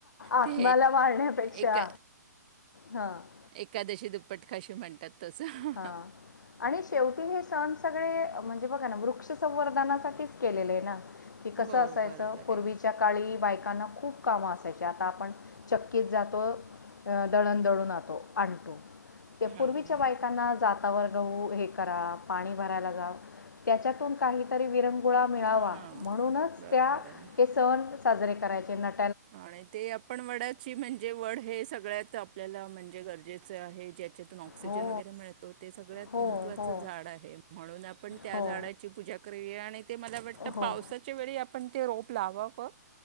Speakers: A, on the left; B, on the right.
A: आत्म्याला
B: ते
A: मारण्यापेक्षा
B: एका
A: हा -
B: एकादशी दुप्पट खाशी म्हणतात तसं
A: हा आणि शेवटी हे सण सगळे म्हणजे. म्हणजे बघा ना वृक्ष संंवर्धनासाठीच केलेले आहे ना. कि कसं
B: हो
A: असायचं
B: बरोबर
A: पूर्वीच्या
B: आहे
A: काळी बायकांना खूप काम असत. त्या आता आपण चक्कीत जातो दळण दळून आतो आणतो. त्या
B: हां
A: पूर्वीच्या बाई जाता वर्ग हुं हे करा पाणी भरायला जावा त्याच्यातून काहीतरी वि. विरंगुळा मिळावा
B: हां
A: म्हणूनच
B: बरोबर
A: त्या
B: आहे
A: हे सण साजरे के! करायचे नाही.
B: आणि ते आपण वडाची म्हणजे वड हे सगळ्यात आपल्याला म्हणे! गरजेचे आहे. त्यातून ऑक्सिजन
A: हो
B: वगैरे मिळतो ते सगळ्यात
A: हो
B: महत्त्वाचं
A: हो
B: झाड आहे म्हणून आपण त्या
A: हो
B: झाडाची पूजा करूया आणि ते मला वाटत
A: हो
B: पावसाच्या वेळी आपण ते रोप! प्लावावर